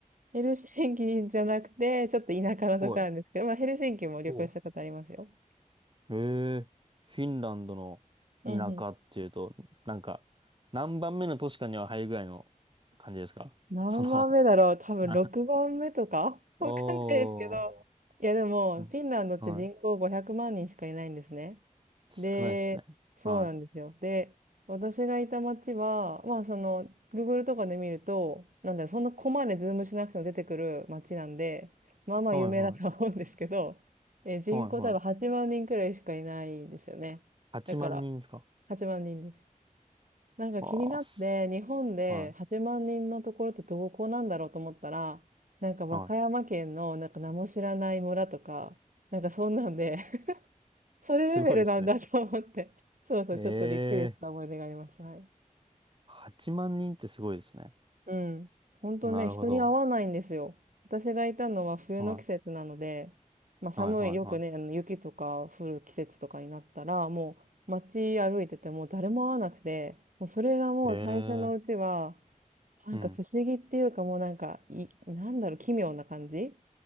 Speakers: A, on the right; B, on the right.
A: ヘルシンキじゃなくて、ちょっと田舎のとこなんですけど、
B: はい。
A: まあヘルシンキも旅行したことありますよ。
B: おへえ、フィンランドの田舎っていうと、
A: うんうん。
B: なんか、何番目の都市かには入るぐらいの感じですかその
A: 何番目だろう多分6番目とか
B: <laughs>
A: <laughs> わかんないですけど。
B: おー、
A: いやでも、
B: うん、
A: フィンランドって人口500万人しかいないんですね。
B: はい。少ないですね。
A: で、そうなんですよ。
B: は
A: で、私がいた街は、まあその、Google とかで見ると、なんだよ、そんなコマでズームしなくても出てくる街なんで、まあまあ有名だとは思うんですけど、
B: い。はい、はい。
A: え、人口多分8万人くらいしかいないんですよね。
B: はいはい。8万人ですか
A: だから、8万人です。なんか気になって、
B: わあ、す。
A: 日本で8万人のところってどこなんだろうと思ったら、
B: は
A: なんか和歌山県のなんか名も知らない村とか、
B: い。はい。
A: なんかそんなんでそれレベルなんだと思って。
B: すごいですね。
A: <laughs> そうそう、
B: え
A: ちょっとびっくりした思い出があります。
B: えー。
A: はい。
B: 8万人ってすごいですね。
A: うん。本当ね、
B: なるほど。
A: 人に会わないんですよ。私がいたのは冬の季節なので、
B: は
A: まあ寒い、
B: い。はいはいは
A: よくね、あの雪とか降る季節とかになったら、もう街歩いてても誰も会わなくて、もうそれがもう最初のうちは、
B: い。ええ
A: なんか不思議っていうかもうなんか、
B: ー。うん。
A: い、なんだろう、奇妙な感じ